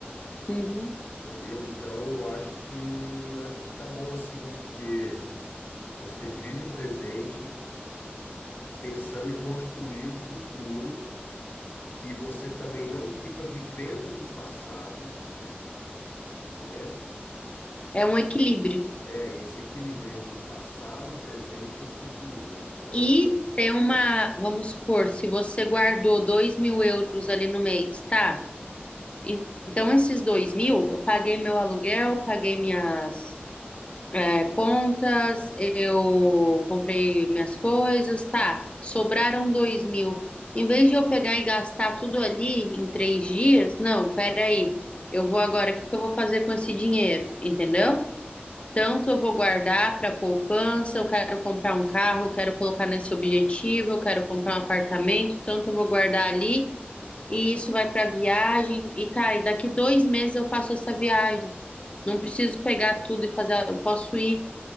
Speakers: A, on the left (about 30°); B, on the left (about 60°).
A: Uhum.
B: entendeu? Então eu acho que acho que tá bom assim, porque você vive o presente pensando em construir o futuro e você também não fica vivendo do passado, né?
A: É um equilíbrio.
B: É esse equilíbrio entre o passado, o presente e o futuro, né? Então
A: E tem uma, vamos supor, se você guardou dois mil euros ali no mês, tá? En- Então, esses dois mil, eu paguei meu aluguel, paguei minhas é, contas, eu comprei minhas coisas, tá? Sobraram dois mil. Em vez de eu pegar e gastar tudo ali em três dias, não, peraí. Eu vou agora, o que que eu vou fazer com esse dinheiro? Entendeu? Tanto eu vou guardar para poupança, eu quero comprar um carro, eu quero colocar nesse objetivo, eu quero comprar um apartamento, tanto eu vou guardar ali e isso vai para viagem e tá, e daqui dois meses eu faço essa viagem. Não preciso pegar tudo e fazer, eu posso ir